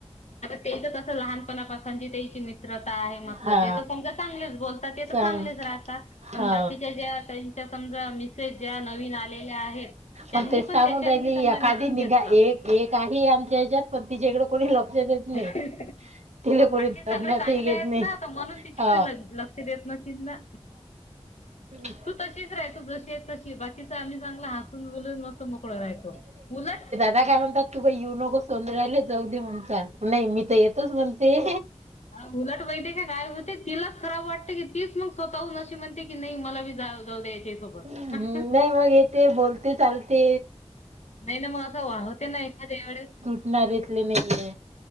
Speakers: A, on the left; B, on the right.
A: तेचं कस लहान पासंजी तेची मित्रता आहे म्हटलं
B: हा
A: ते तर समजा चांगलेच बोलतात ते तर
B: सांग
A: चांगलेच राहतात. पण
B: हा
A: बाकीच्या ज्या त्यांच्या समजा मिसेज ज्या नवीन आलेल्या आहेत त्यांनी
B: मग ते सांगून
A: पण त्याच्यानी
B: राहिले
A: समजा
B: एखादी
A: मिळून घेतलं.
B: निघा एक एक आहे आमच्या ह्याच्यात पण तिच्याकडे कोणी लक्ष देत.
A: <inaudible>
B: नाही
A: हो
B: तिला कोणी
A: बाकी
B: धरण्यातही
A: सगळे चांगले
B: घेत
A: आहेत.
B: नाही
A: ना तर म्हणून तिच्याकडे
B: हा
A: लक्ष देत नशील ना.
B: हम्.
A: तू तशीच राहतो जशी आहे तशी बाकीच आम्ही चांगलं हसून बलून मस्त मोकळ राहतो. उलट
B: नाही काय म्हणतात तु गं युनोगो सोंद्र्यायला जाऊ दे म्हणताल नाही मी तर येतोच म्हणते.
A: ह उलट वहिते काय होते तिलाच खराब वाटते की तीच मग स्वतःह न म्हणते की नाही मला जा जाऊ द्या याच्या सोबत.
B: नाही मग येते बोलते चालते
A: नाही ना मग असं वाढवते ना एखाद्या वळे
B: नारीतले नाहीये.